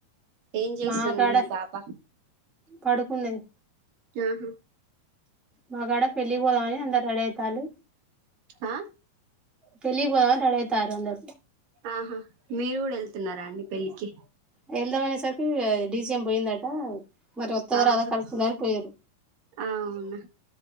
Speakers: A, on the right (about 75°); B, in the centre.
A: ఏం చేస్తాంది
B: మాకాడ
A: మీ పాప?
B: పడుకున్నది.
A: ఆహా!
B: మాగాడ పెళ్ళికి పోదామని అందరూ రెడీ అయితాండు.
A: ఆ!
B: పెళ్ళికి పోదామని అందరూ రెడీ అయితాండ్రు.
A: ఆహా! మీరు కూడా వెళ్తున్నారా అండి పెళ్ళికి.
B: వెళ్దాం అనేసరికి డీజీఎం పోయిందట. మరి వత్తద,
A: ఆహా
B: రాదా కనుక్కుందామని పోయారు.
A: అవునా?